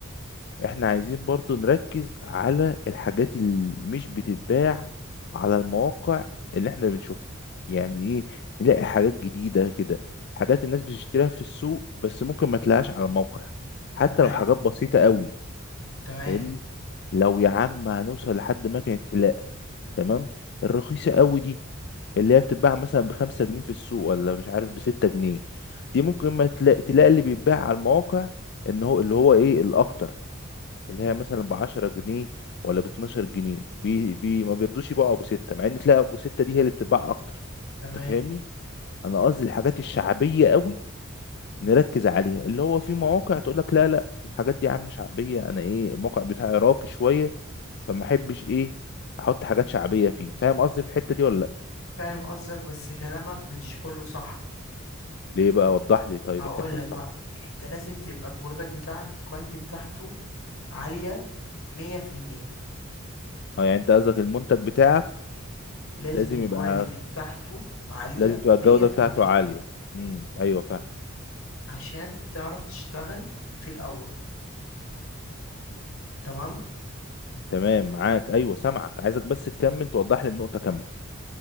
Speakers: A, on the left (about 55°); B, on the left (about 85°).
A: احنا عايزين برضو نركز على الحاجات اللي مش بتتباع على المواقع اللي احنا بنشوفها يعني ايه نلاقي حاجات جديدة كده حاجات الناس بتشتريها في السوق بس ممكن ما تلاقيهاش على الموقع حتى
B: تمام
A: لو حاجات بسيطة قوي
B: تمام
A: فاهمني؟ لو يا عم هنوصل لحد مكنة حلاقة تمام الرخيصة قوي دي اللي هي بتتباع مثلا بخمسة جنيه في السوق ولا مش عارف بستة جنيه دي ممكن ما تلاقي, تلاقي اللي بيتباع على المواقع ان هو اللي هو ايه الاكتر اللي هي مثلا بعشرة جنيه ولا باتناشر جنيه بي بي ما بيرضوش يبيعوا ابو ستة مع ان تلاقي ابو ستة دي هي اللي بتتباع اكتر
B: تمام
A: انت فاهمني انا قصدي الحاجات الشعبية قوي نركز عليها اللي هو في مواقع تقول لك لا لا الحاجات دي يا عم شعبية انا ايه الموقع بتاعي راقي شوية فما احبش ايه احط حاجات شعبيه فيه فاهم قصدي في الحته دي ولا لا
B: فاهم قصدك بس كلامك مش كله صح
A: ليه بقى وضح لي طيب
B: هقول
A: الحته
B: لك
A: الصح
B: بقى انت لازم تبقى البرودكت بتاعك الكواليتي بتاعته عالية مية في المية
A: اه يعني انت قصدك المنتج بتاعك
B: لازم
A: لازم
B: الكواليتي
A: يبقى
B: بتاعته عالية
A: لازم تبقى
B: مية
A: الجوده
B: في
A: بتاعته
B: المية
A: عاليه امم ايوه فاهم
B: عشان تعرف تشتغل في الأول تمام
A: تمام معاك ايوه سامعك عايزك بس تكمل توضح لي النقطه كامله